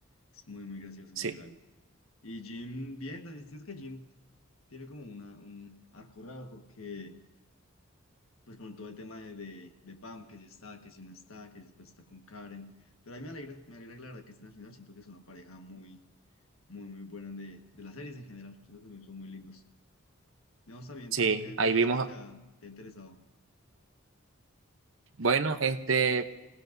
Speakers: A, on the left; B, on the right.
A: Es muy, muy gracioso
B: Sí,
A: en general. Y Jim, bien, también siento que Jim tiene como una, un arco raro porque pues con todo el tema de, de, de Pam, que si está, que si no está, que si después está con Karen. Pero a mí me alegra, me alegra que la verdad que estén al final. Siento que es una pareja muy, muy, muy buena de, de las series en general. Siento que son muy lindos. Digamos también,
B: sí,
A: por lo que,
B: ahí
A: ¿qué otra
B: vimos.
A: serie te ha, te ha interesado?
B: Bueno, este,